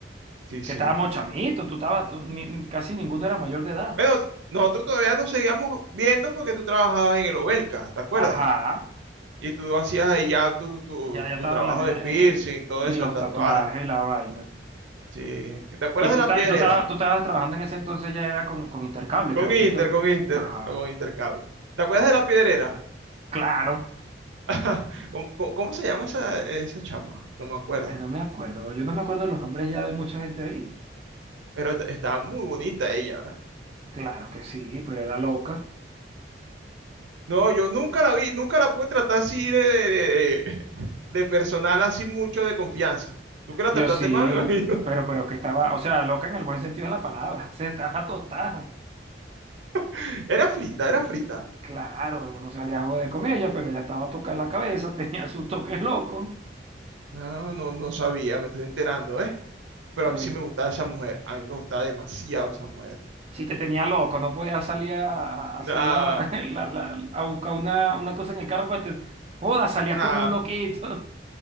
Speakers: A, on the right; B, on the right.
A: Sí, sí.
B: que estábamos chamitos, tú estabas, tú- ni- casi ninguno era mayor de edad.
A: Bueno, nosotros todavía nos seguíamos viendo porque tú trabajabas en el Obelca, ¿te acuerdas?
B: Ajá,
A: Y tú hacías ahí ya tu, tu,
B: ya, ya
A: tu
B: estaba
A: trabajo
B: en la tienda,
A: de piercing
B: eh, eh,
A: y todo
B: y
A: eso,
B: los
A: de tatuaje.
B: tatuajes y la vaina.
A: Sí. ¿Te acuerdas
B: Y tú,
A: de la
B: ta-
A: piedrera?
B: y tú, estabas- tú estabas trabajando en ese entonces ya era con, con Intercable,
A: Con
B: creo,
A: Inter,
B: tú estabas-
A: con Inter,
B: Ajá,
A: o con Intercable. ¿Te acuerdas de la piedrera?
B: claro.
A: <laughs> ¿Cómo, cómo- cómo se llama esa, esa chama? No me acuerdo.
B: Ay, no me acuerdo. Yo no me acuerdo los nombres ya de mucha gente ahí.
A: Pero est- estaba muy bonita ella, ¿verdad?
B: Claro que sí, pero era loca.
A: No, yo nunca la vi, nunca la pude tratar así de, de, de- de- <laughs> de personal, así mucho de confianza. Tú que la
B: Yo
A: trataste
B: sí,
A: más, me imagino.
B: pero, pero que estaba, o sea, loca en el buen sentido de la palabra. <laughs> Se estaba tostada.
A: <laughs> Era frita, era frita.
B: Claro, no salía a joder con ella, pero ella estaba tocada en la cabeza, <laughs> tenía sus toques locos.
A: Ah, no, no sabía, me estoy enterando, ¿eh? Pero
B: Todi-
A: a mí sí me gustaba esa mujer. A mí me gustaba demasiado esa mujer.
B: Si te tenía loco, no podías salir a, a
A: Nada,
B: hacer la, <laughs> la- la- a buscar una, una cosa en el carro para te. Joda, salías
A: nada.
B: como un loquito.